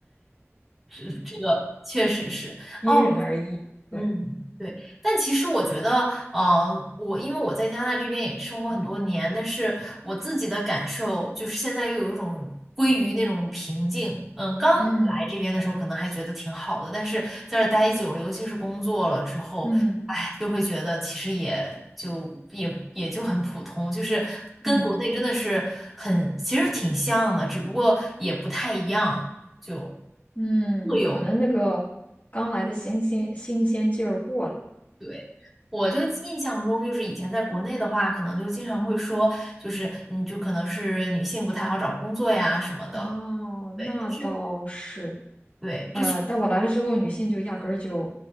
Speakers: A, in the centre; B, on the left.
A: 这这个确实是。
B: 因人而异。
A: 哦，
B: 对，
A: 嗯，对，但其实我觉得，呃，我因为我在加拿大这边也生活很多年，但是我自己的感受就是现在又有一种归于那种平静。嗯，刚来这边的时候可能还觉得挺好的，
B: 嗯
A: 但是在这儿待久了，尤其是工作了之后，
B: 嗯
A: 哎，就会觉得其实也就也也就很普通，就是跟国内真的是很，
B: 嗯
A: 其实挺像的，只不过也不太一样，就
B: 嗯，
A: 各有。
B: 可能那个刚来的新鲜新鲜劲儿过了。
A: 对，我就印象中，就是以前在国内的话，可能就经常会说，就是嗯，就可能是女性不太好找工作呀什么的。
B: 哦，
A: 对，
B: 那倒是。
A: 但是对，这确
B: 呃，但我来了之后，女性就压根儿就